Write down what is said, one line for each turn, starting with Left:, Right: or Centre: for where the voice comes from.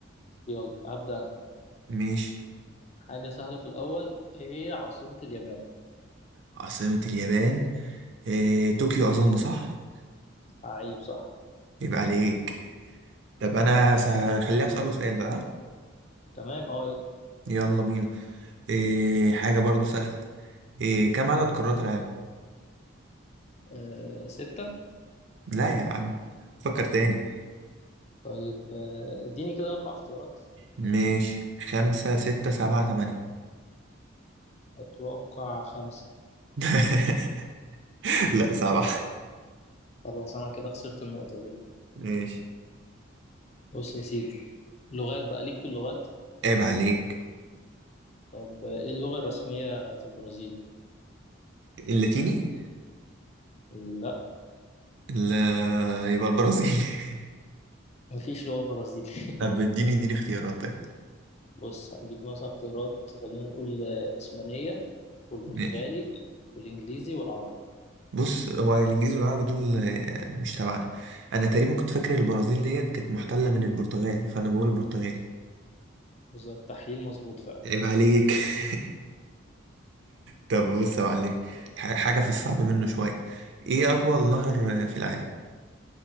Left: يلا هبدا انا
Right: ماشي
Left: حاجه سهله في الاول ايه هي عاصمه اليابان
Right: عاصمة اليابان إيه، طوكيو أظن صح؟
Left: عيب صح
Right: يبقى عليك طب أنا س- هخليها أسأله سؤال بقى
Left: تمام اه يلا
Right: يلا بينا إيه حاجة برضو سهلة إيه كم عدد قارات العالم؟
Left: آه ستة
Right: لا يا عم فكر تاني
Left: طيب آه، اديني كده أربع اختيارات
Right: ماشي خمسة ستة سبعة تمانية
Left: أتوقع خمسة
Right: <laughs> لا سبعة
Left: خلاص أنا كده خسرت النقطة دي
Right: ماشي
Left: بص يا سيدي لغات بقى ليك في اللغات
Right: عيب عليك
Left: طب آه، إيه اللغة الرسمية في البرازيل؟
Right: اللاتيني؟
Left: لا
Right: لا يبقى البرازيل <laughs>
Left: مفيش لغة برازيلي <laughs>
Right: طب اديني اديني اختيارات طيب
Left: بص هديك مثلا اختيارات خلينا نقول آه، الإسبانية والبرتغالي
Right: ماشي
Left: والإنجليزي والعربي
Right: بص هو الانجليز والعربي دول آه، مش تبعنا انا تقريبا كنت فاكر البرازيل ديت كانت محتله من البرتغال فانا بقول البرتغالي
Left: بالظبط تحليل مظبوط فعلا
Right: عيب عليك <laughs> طب بص يا معلمي ح- حاجه في الصعب منه شويه ايه اطول نهر آه، في العالم